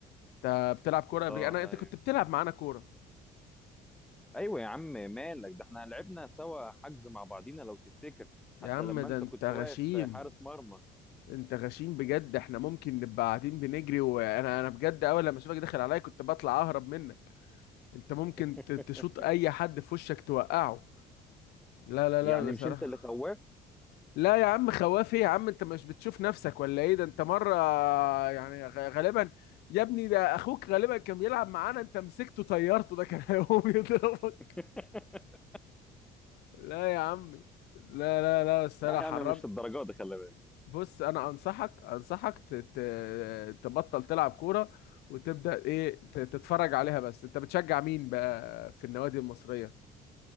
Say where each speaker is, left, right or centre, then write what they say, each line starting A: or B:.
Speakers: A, on the left; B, in the centre.
A: انت بتلعب كوره قبل
B: اه
A: انا انت كنت بتلعب معانا كوره
B: ايوه يا عم مالك ده احنا لعبنا سوا حجز مع بعضينا لو تفتكر
A: يا
B: حتى
A: عم
B: لما
A: ده
B: انت
A: انت
B: كنت
A: غشيم
B: واقف حارس مرمى
A: انت غشيم بجد احنا ممكن نبقى قاعدين بنجري وانا انا بجد اول لما اشوفك داخل عليا كنت بطلع اهرب منك انت ممكن
B: <laughs>
A: ت- تشوط اي حد في وشك توقعه لا لا
B: يعني
A: لا بصراحة
B: مش انت اللي خواف
A: لا يا عم خوافي يا عم انت مش بتشوف نفسك ولا ايه ده انت مرة يعني غ- غالبا يا ابني ده اخوك غالبا كان بيلعب معانا انت مسكته طيرته ده كان هيقوم <laughs> يضربك
B: <laughs>
A: لا يا عمي لا لا لا بس
B: لا
A: انا
B: يعني
A: حرمت
B: مش الدرجات دي خلي بالك
A: بص انا انصحك انصحك ت- ت- تبطل تلعب كورة وتبدأ ايه ت- تتفرج عليها بس انت بتشجع مين بقى في النوادي المصرية